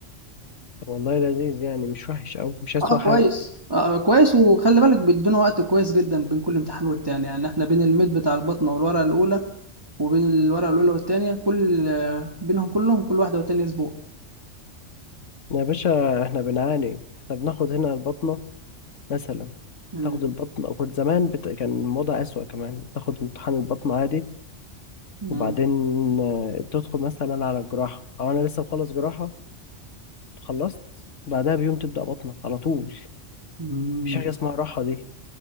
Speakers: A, on the left (about 85°); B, on the right (about 20°).
A: طب والله لذيذ يعني مش وحش أوي مش أسوأ
B: اه
A: حاجة
B: كويس آه كويس وخلي بالك بيدونا وقت كويس جدا بين كل امتحان والتاني يعني احنا بين الميد بتاع البطنة والورقة الأولى وبين الورقة الأولى والتانية كل آه، بينهم كلهم كل واحدة والتانية أسبوع
A: يا باشا احنا بنعاني احنا بناخد هنا البطنة مثلا
B: مم.
A: تاخد البطنة وكنت زمان بت... كان الوضع أسوأ كمان تاخد امتحان البطنة عادي
B: مم.
A: وبعدين آه، تدخل مثلا على الجراحة أو أنا لسه مخلص جراحة خلصت بعدها بيوم تبدأ بطنة على طول
B: مم.
A: مفيش حاجة اسمها راحة دي